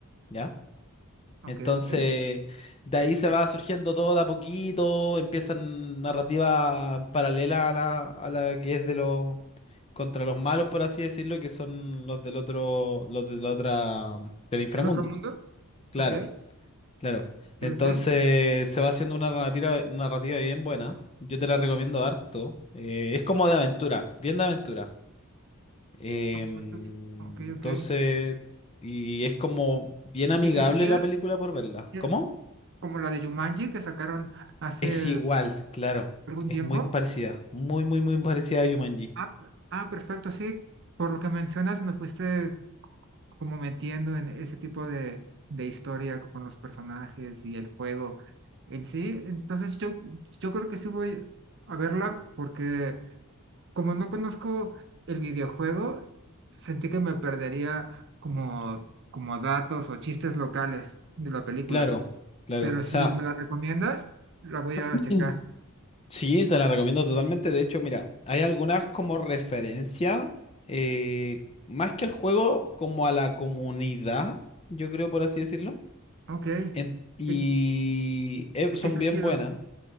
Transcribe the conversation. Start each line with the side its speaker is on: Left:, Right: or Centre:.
Left: ¿ya?
Right: ok,
Left: Entonces,
Right: ok.
Left: de ahí se va surgiendo todo de a poquito, empiezan narrativas paralelas a la, a la que es de los contra los malos, por así decirlo, que son los del otro, los de la otra, del inframundo.
Right: ¿El otro mundo?
Left: Claro,
Right: Ok,
Left: claro. Entonces,
Right: ok,
Left: se va haciendo una narrativa, narrativa bien buena. Yo te la recomiendo harto. Eh, es como de aventura, bien de aventura. Em,
Right: ok, ok, ok.
Left: entonces, y es como bien amigable
Right: ¿Entretenida?
Left: la película por verla.
Right: ¿Es
Left: ¿Cómo?
Right: como la de Jumanji que sacaron hace
Left: Es igual, claro.
Right: algún
Left: Es
Right: tiempo?
Left: muy parecida. Muy, muy, muy parecida a Jumanji.
Right: Ah, p- ah, perfecto, sí. Por lo que mencionas, me fuiste como metiendo en ese tipo de, de historia co- con los personajes y el juego en sí. Entonces yo, yo creo que sí voy a verla porque... como no conozco el videojuego, sentí que me perdería como, como datos o chistes locales de la película.
Left: Claro, claro.
Right: Pero
Left: O
Right: si
Left: sea,
Right: me la Mm, recomiendas, la voy a
Left: <clears throat>
Right: checar.
Left: sí, te la recomiendo totalmente. De hecho, mira, hay algunas como referencia, eh, más que al juego, como a la comunidad, yo creo, por así decirlo.
Right: Ok.
Left: En- y
Right: ¿En,
Left: eh,
Right: en
Left: son
Right: qué sentido?
Left: bien buenas.